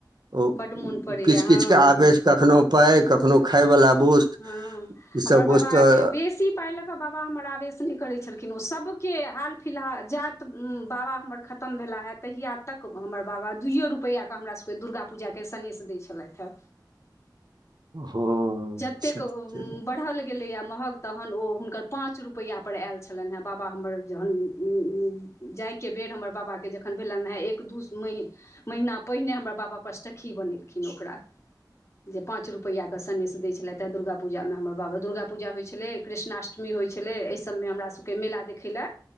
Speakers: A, on the right (about 65°); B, on the left (about 40°).
A: ओ
B: बड्ड मोन पड़ैए
A: किछ किछ
B: हँ
A: के आवेश कखनो पाइ कखनो खायवला वोस्त
B: हँ
A: ईसभ
B: हमर बाबाके
A: वोस्त तऽ
B: बेसी पाइ लऽ कऽ बाबा हमर आवेश नहि करैत छलखिन किन ओ सभके हाल फिलहाल जाइत बाबा हमर खतम भेलाह है तहिया तक हमर बाबा बाबा दुइओ रुपैआके हमरासके दुर्गा पूजाके सनेेश दै छलथि हँ
A: <inaudible> हँ
B: एतेक
A: से तऽ छै
B: बढ़ल गेलैयै महग तहन ओ हुनकर पाँच रुपैया पर आइल छलन है बाबा हमर जहन अं अं जा जाय के बेर हमर बाबा के जखन भेलनि हे एक दू म महिना पहिने हमर बाबा पचटखी बनेल कि ओकरा जे पाँच रुपैय कऽ सनेश‌ देए छलेथ एतऽ दुर्गा पूजा में हमर बाबा दुर्गा पूजा होइ छलै कृष्णष्टमी होइ छलै एहि सभमे हमरा सभके मेला देखै लए